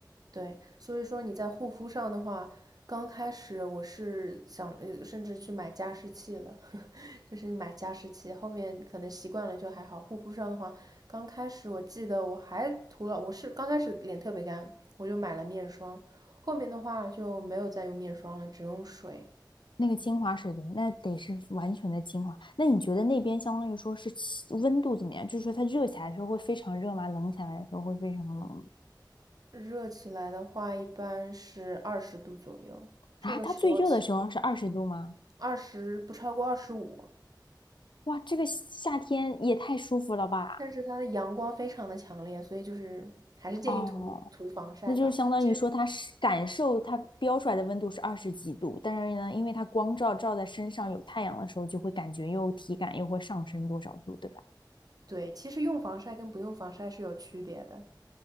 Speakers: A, on the right; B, on the left.
A: 对。所以说你在护肤上的话，刚开始我是想，呃，甚至去买加湿器了，<laughs> 就是买加湿器。后面可能习惯了就还好。护肤上的话，刚开始我记得我还涂了，我是刚开始脸特别干，我就买了面霜。后面的话就没有再用面霜了，只用水。
B: 那个精华水源，那得是完全的精华。那你觉得那边相当于说是气温度怎么样？就是说它热起来的时候会非常热吗？冷起来的时候会非常冷吗？
A: 热起来的话，一般是二十度左右，
B: 啊，
A: 这个时候其
B: 它最热的时候是二十度吗？
A: 二十不超过二十五，
B: 哇，这个夏天也太舒服了吧！
A: 但是它的阳光非常的强烈，所以就是还是建议涂涂防晒吧。
B: 哦，那就是相当于说，
A: 其实
B: 它是感受它标出来的温度是二十几度，但是呢，因为它光照照在身上有太阳的时候，就会感觉又体感又会上升多少度，对吧？
A: 对，其实用防晒跟不用防晒是有区别的。